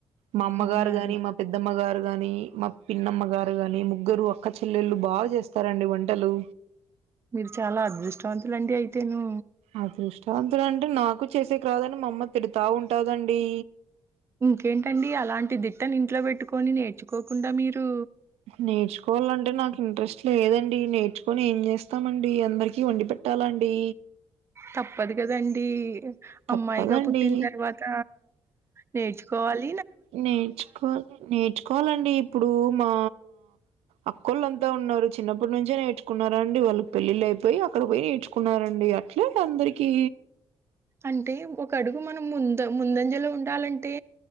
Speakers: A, on the right; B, on the right.
A: మా అమ్మగారు
B: అవునా
A: గాని
B: అండి
A: మా పెద్దమ్మ గారు గాని మా పిన్నమ్మ గారు గాని ముగ్గురు అక్క చెల్లెళ్ళు బాగ్ చేస్తారండి వంటలు
B: మీరు చాలా అదృష్టవంతులండి అయితే ను
A: అదృష్టావంతుల అంటే నాకు చేసేకి రాదని మా అమ్మ తిడతా ఉంటాదండి
B: ఇంకేంటండి అలాంటి దిట్టను ఇంట్లో పెట్టుకొని నేర్చుకోకుండా మీరు
A: నేర్చుకోవాలంటే నాకు ఇంట్రెస్ట్ లేదండి నేర్ చ్చుకొని ఏం చేస్తామండి అందరికి వండి పెట్టాలండి
B: తప్పదు కదండి
A: తప్పదండి
B: అమ్మాయిగా పుట్టిన తర్వాత నేర్చుకోవల్
A: నేర్చుకోవాలి నేర్చుకోవాలండి ఇప్పుడు మా అక్కోళ్ళంతా ఉన్నారు చిన్నప్పటి నుంచే నేర్చుకున్నారండి వాళ్ళ పెళ్ళిళ్ అయిపోయి అక్కడ పోయి నే చుకున్నారండి అట్లే అందరికీ
B: అంటే ఒక అడుగు మనం ముంద ముందంజలో ఉండాలంటే